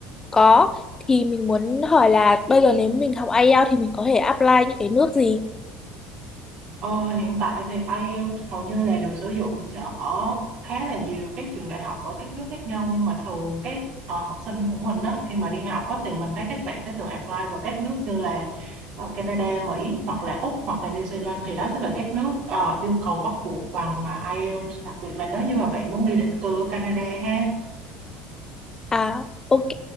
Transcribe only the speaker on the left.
có thì mình muốn hỏi là bây giờ nếu mình học IELTS thì mình có thể apply những cái nước gì?
À, ok.